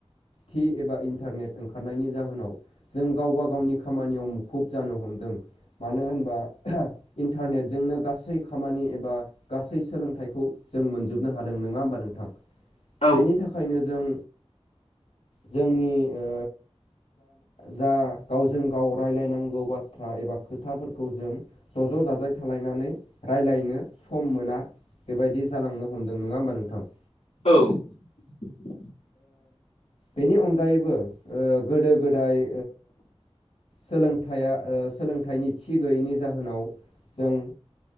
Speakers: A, on the left; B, on the left.
A: टि एबा इन्टारनेट ओंखारनायनि जाहोनाव जों गावबा गावनि खामानियाव मु खुब जानो हमदों मानो होनबा इन्टारनेटजोंनो गासै गासै खामानि एबा गासै सोलोंथाइखौ जों मोनजोबनो हादों नङा होमबा नोंथां।
B: औ
A: बेनि थाखायनो जों जोंनि ओ जा गावजों गाव रायज्लाय नांगौ बाथ्रा एबा खोथाफोरखौ जों ज' ज' जाजाय थालायनानै राय्लायनो सम मोना बेबायदि जालांनो हमदों नङा होमबा नोंथां।
B: औ <inaudible>
A: बेनि अनगायैबो ओ गोदो गोदाय सोलोंथाइया ओ सोलोंथाइनि थि गैयैनि जाहोनाव जों